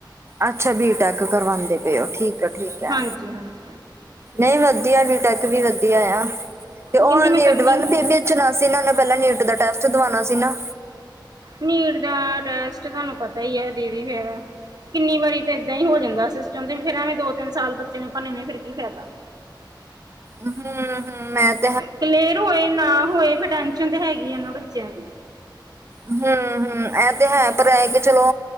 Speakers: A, on the right; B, on the right.
A: ਅੱਛਾ ਬੀਟੈਕ ਕਰਵਾਂਦੇ ਪਏ ਹੋ ਠੀਕ ਹੈ ਠੀਕ ਹੈ।
B: ਹਾਂਜੀ ਹਾਂਜੀ
A: ਨਹੀਂ ਵਧੀਆ ਬੀਟੈਕ ਵੀ ਵਧੀਆ ਆ ਤੇ ਉਹ
B: ਕਹਿੰਦੀ ਮੈਂ
A: ਨੀਟ
B: ਕਰਨੀ
A: ਵਾਲਾ ਪ ਪੁੱਛਣਾ ਸੀ ਨਾ ਇੰਨੇ ਪਹਿਲਾਂ ਨੀਟ ਦਾ ਟੈਸਟ ਦਵਾਉਣਾ ਸੀ ਨਾ
B: ਮੀਰ ਦਾ ਟੈਸਟ ਤੁਹਾਨੂੰ ਪਤਾ ਈ ਏ ਦੀਦੀ ਫੇ਼ਰ ਕਿੰਨੀ ਵਾਰੀ ਤੇ ਏਦਾਂ ਹੀ ਹੋ ਜਾਂਦਾ ਸਿਸਟਮ ਤੇ ਫਿਰ ਐਵੇ ਦੋ-ਤਿੰਨ ਸਾਲ ਬੱਚੇ ਨੀ ਪੜ੍ਹਦੇ ਫਿਰ ਕੀ ਫਾਇਦਾ?
A: ਹੁੰ, ਹੁੰ ਮੇਸ।
B: ਕਲੇਅਰ ਹੋਏ ਨਾ ਹੋਏ ਫ਼ਿਰ ਟੈਨਸ਼ਨ ਤੇ ਹੈਗੀ ਆ ਨਾ ਬੱਚਿਆਂ ਨੂੰ।
A: ਹੁੰ, ਹੁੰ ਇਹ ਤੇ ਹੈ ਪਰ ਇਹ ਤੇ ਚਲੋ